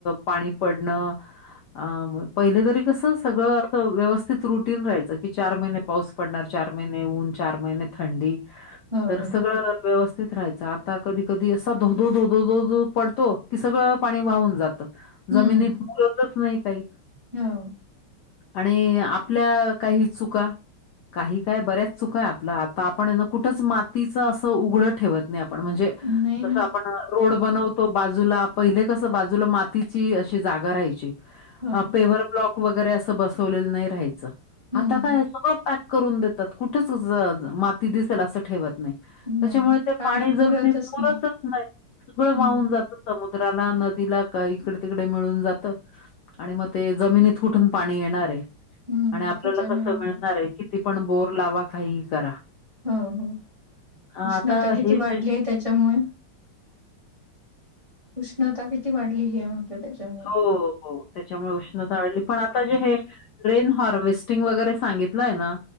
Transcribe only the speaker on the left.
पाणी पडणं ह पहिले तरी कस सगळं अस व्यवस्थित रुटीन राहायचं की चार महिने पाऊस पडणार चार महिने ऊन चार महिने थंडी
तर
सगळं व्यवस्थित राहायचं आता कधी कधी असा धोधोधो धो धो धो पडतो की सगळ पाणी वाहून जात
जमिनीत मुतच नाही काही
आणि आपल्या काही चुका काही काय बऱ्याच चुक आहे आपलं आता आपण ना कुठंच मातीचं असं उघडं ठेवत आपण म्हणजे
जस
आपण रोड बनवतो बाजूला पहिले कस बाजूला मातीची अशी जागा राहायची
पेवर ब्लॉक वगैरे अस बसवलेलं नाही राहायचं
आता काय सगळं पॅक करून देतात कुठेच माती दिसेल असं ठेवत नाही
त्याच्यामुळे ते पाणी
जमनीत मुरतच
नाही सगळं
वाहून जात समुद्राला नदीला का इकडे तिकडे मिळून जात आणि मग ते जमिनीत कुठून पाणी येणार आहे
आणि आपल्याला
कसं मिळणार
आहे किती पण बोर लावा काही करा
अ,
आता
हे
जे
हो हो त्याच्यामुळे उष्णता आढली पण आता
जे हे रेन हार्वेस्टिंग वगैरे सांगितलंय ना